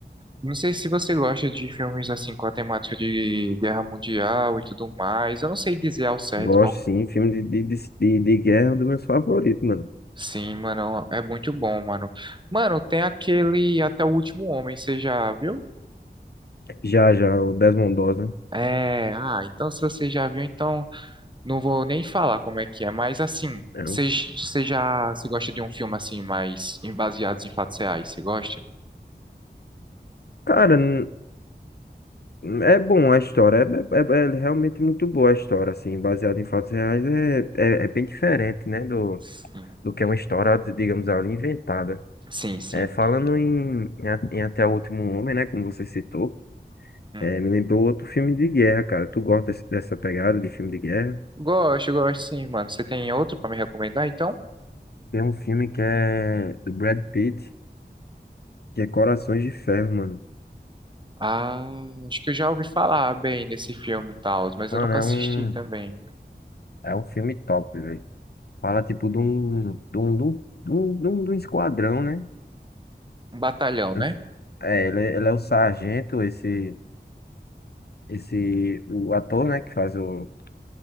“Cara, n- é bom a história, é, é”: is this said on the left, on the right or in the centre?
Left